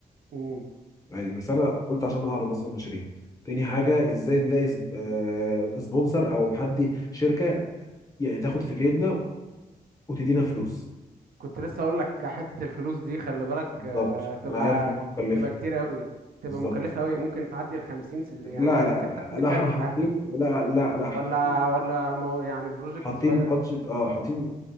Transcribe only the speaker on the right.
امم
كنت لسه اقول لك حتة الفلوس دي خلي بالك
آه تبقى
ك-
تبقى كتير قوي تبقى
مكلفة قوي ممكن تعدي ال 50 س- يعني
ممكن
تعدي 100000
ألف
<laughs> آه.
ولا
ولا مو- يعني بروجكت
صغير